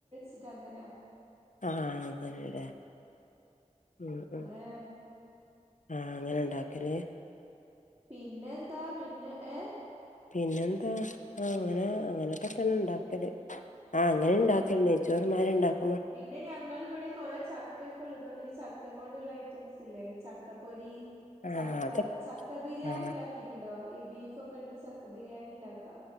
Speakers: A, on the right (about 20°); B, on the left (about 75°).
A: യിട്ട് അതെങ്ങനെ?
B: ആ ങ്ങല്ലേ ഉം ഉം
A: അങ്ങനെയാണ്
B: ആ അങ്ങനെ. ണ്ടാക്കല്?
A: പിന്നെന്താ പിന്നെ ഏ....?
B: പിന്നെന്താ ആഅങ്ങനെ അങ്ങനെക്കെ തന്നെണ്ടാക്കല്. ആ അങ്ങനെ
A: ആഹ്
B: ണ്ടാക്കല് നെച്ചോർ മാരിണ്ടാക്കും
A: പിന്നെ ഞങ്ങളിവിടെ കൊറെ ച ചക്കക്കെള്ളതുകൊണ്ട് ഈ ചക്കങ്ങൊണ്ടുള്ള ഐറ്റംസ്ല്ലേ ഈ ചക്കപ്പൊരി.
B: ആ
A: ചക്ക
B: അത
A: ചക്ക ബിരിയാണിണ്ടാക്കിട്ടുണ്ടോ?
B: ആ
A: ഈ ബീ ഫൊക്കെട്ടിട്ട് ചക്ക ബിരിയാണിണ്ടാക്കാ